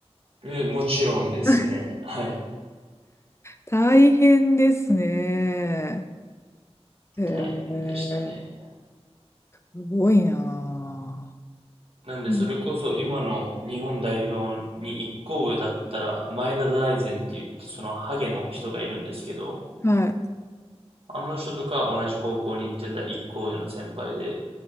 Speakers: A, on the right; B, on the left.
A: えもちろんですね。
B: <laughs>
A: はい。
B: 大変ですね。へ
A: 大変でしたね。
B: え、すごいなあ。
A: なんで、
B: うん
A: それこそ今の日本代表に一個上だったら、前田大然って言って、そのハゲの人がいるんですけど、
B: はい。
A: あの人とか同じ高校に行ってた一個上の先輩で、